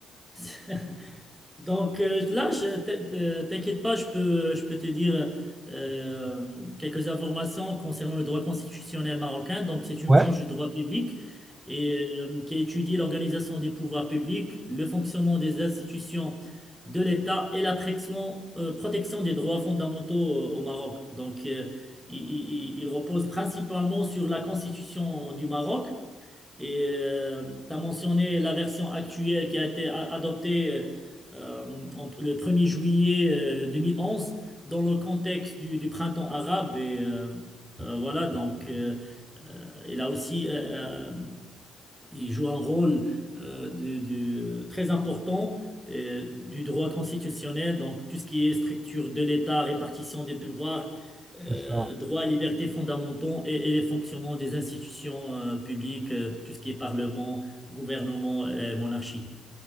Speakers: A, in the centre; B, on the right.
A: <laughs> Donc euh, là, je t'in- euh, t'inquiète pas, je peux, euh, je peux te dire euh, quelques informations concernant le droit constitutionnel marocain. Donc, c'est une
B: Ouais,
A: branche du droit public et, euh, qui étudie l'organisation des pouvoirs publics, le fonctionnement des institutions de l'État et la protection, euh, protection des droits fondamentaux euh, au Maroc. Donc, euh, il, il- il repose principalement sur la Constitution du Maroc et tu as mentionné la version actuelle qui a été a- adoptée euh, en- le 1er juillet euh, 2011 dans le contexte du, du printemps arabe. Et euh, euh, voilà, donc euh, il a aussi euh, euh, il joue un rôle euh, de- de- très important euh, du droit constitutionnel, donc tout ce qui est structure de l'État, répartition des pouvoirs, euh,
B: c'est ça.
A: droits et libertés fondamentaux et, et les fonctionnements des institutions euh, publiques, euh, tout ce qui est parlement, gouvernement et monarchie.